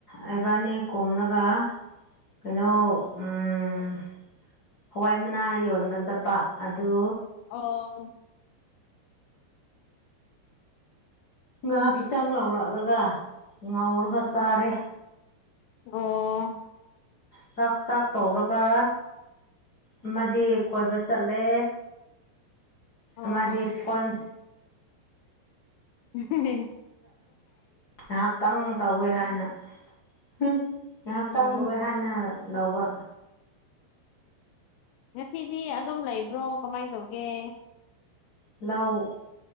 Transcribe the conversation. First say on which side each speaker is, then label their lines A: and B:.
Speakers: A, on the left (about 70°); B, on the left (about 80°).
A: ꯑꯩꯕꯅꯤ ꯀꯨꯝꯔꯒ ꯀꯩꯅꯣ ꯎꯝ ꯍꯋꯥꯏ ꯃꯅꯥ ꯌꯣꯟꯕ ꯆꯠꯄ ꯑꯗꯨ
B: ꯑꯣ
A: ꯉꯥ ꯈꯤꯇꯪ ꯂꯥꯎꯔꯛꯑꯒ ꯉꯥꯎꯔꯒ ꯆꯥꯔꯦ
B: ꯑꯣ
A: ꯆꯥꯛ ꯆꯥꯛ ꯇꯧꯔꯒ ꯑꯃꯗꯤ ꯀꯣꯏꯕ ꯆꯠꯂꯦ
B: ꯑꯣ
A: ꯑꯃꯗꯤ ꯐꯣꯟ
B: ꯍꯦꯍꯦꯍꯦ
A: ꯅꯍꯥꯛꯇꯪ ꯇꯧꯋꯦ ꯍꯥꯏꯅ ꯍꯨꯝ ꯉꯥꯏꯍꯥꯛꯇꯪꯕ
B: ꯑꯥ
A: ꯍꯥꯏꯅ ꯂꯧꯕ
B: ꯉꯁꯤꯗꯤ ꯑꯗꯨꯝ ꯂꯩꯕ꯭ꯔꯣ ꯀꯃꯥꯏꯟ ꯇꯧꯒꯦ
A: ꯂꯧ